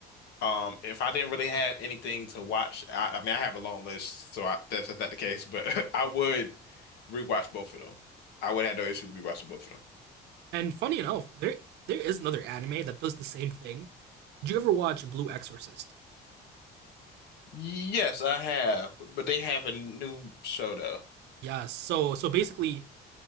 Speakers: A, on the left; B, on the right.
A: um, if I didn't really have anything to watch, I, I mean, I have a long list, so I, that's not the case. But <laughs> I would rewatch both of them. I would have no issue rewatching both of them.
B: And funny enough, there there is another anime that does the same thing. Did you ever watch Blue Exorcist?
A: Yes, I have, but they have a new show though.
B: Yeah. So so basically,